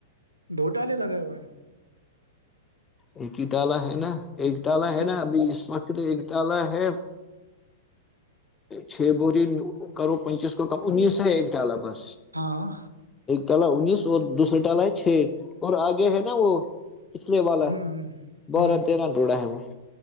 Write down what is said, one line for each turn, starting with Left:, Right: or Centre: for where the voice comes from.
Right: ڈھوٹالے لگائے ہوئے ہیں
Left: ایک ہی تالا ہے نا ایکٹال
Right: اچھا،
Left: ہے نا ابھی اس وقت ایک تال ہے چھ بوروری کرو پچیس کو کم انیس ہے ایک تال بس
Right: ہاں
Left: ال انیس اور دوسرا ٹالا ہے چھ اور آگے ہے نا وہ پچھلے والا
Right: ہوں ہوں
Left: بارہ
Right: ہوں
Left: تیرہ روڑا ہے وہ